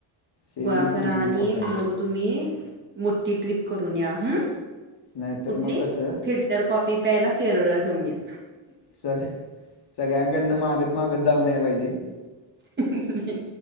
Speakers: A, on the left; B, on the right.
A: सेविंग
B: गोळाकारा
A: इज
B: आणि
A: इम्पॉर्टंट
B: मग तुम्ही मोठी ट्रिप करून या ह
A: नाहीतर
B: कुठली
A: मग कसं
B: फि तर कॉफी प्यायला केरळला जावून या
A: सग सगळ्यांकडनं मागत मागत जाऊ नये पाहिजे
B: हा हा